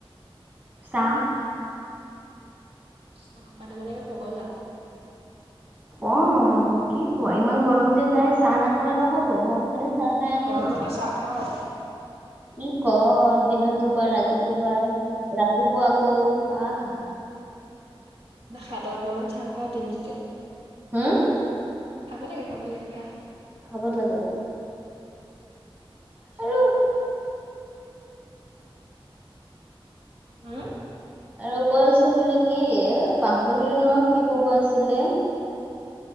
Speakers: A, on the right; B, on the right.
A: চাহ।
B: চাহপানী কাৰণে পগলা।
A: অ কি কোৱা ইমান গৰম যে যায় চাহ নাখালে নহ'ব। মই অথনি চাহ খাই আহিলো।
B: গৰমতো চাহ খাওঁ
A: কি ক দিনত দুবাৰ ৰাতি দুবাৰ ৰাতিপুৱা আকৌ আহ আহা হা।
B: ন সাতটামান চাহ খাই দিন তোত তে। <unintelligible>
A: হুম?
B: খাবা লাগে খাব লাগে খাই।
A: খাব লাগে। আৰু
B: হম।
A: আৰু কৈছো বোলো কি এ পাহৰিলো ন কি কব আছিলে।